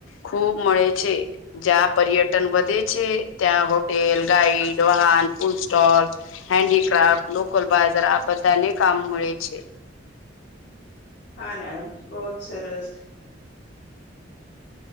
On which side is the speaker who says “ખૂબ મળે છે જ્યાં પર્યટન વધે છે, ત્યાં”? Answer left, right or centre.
Left